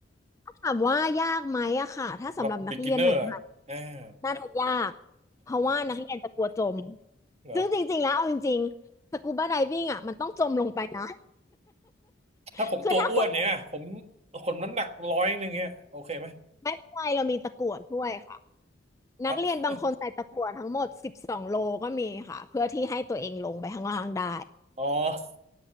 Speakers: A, on the left; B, on the right.
A: ถ้าถามว่ายากไหมอะค่ะถ้าสำหรับนักเรียนใหม่ๆน่าจะยากเพราะว่านักเรียนจะกลัวจม
B: สำหรับ beginner อะอ้า <laughs> วเหรอ
A: ซึ่งจริงๆแล้วเอาจริงๆสกูบาไดวิ่งอะมันต้องจมลงไปนะ <laughs>
B: ถ้าผมตัวอ้วนเนี่ยผม
A: คือถ้าคุณ
B: คนน้ำหนักร้อยหนึ่งเนี่ยโอเคไหม
A: ไม่เป็นไรเรามีตะกั่วช่วยค่ะนักเรียนบางคนใส่ตะกั่วทั้งหมดสิบสองโลก็มีค่ะเพื่อที่ให้ตัวเองลงไปข้างล่างได้
B: เอา อ๋อ